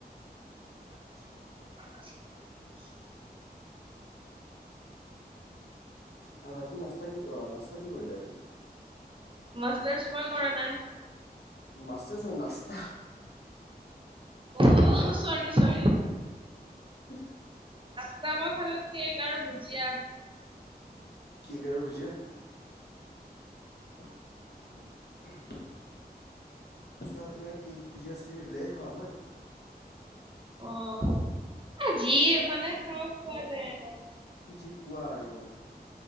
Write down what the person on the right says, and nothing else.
<inaudible>
মাষ্টাৰ্চ মই কৰা নাই।
অহ, চৰি - চৰি
<unintelligible> মই খালো কেক আৰু ভুজিয়া।
অহ, যি মানে খাওঁ খোৱা যায়।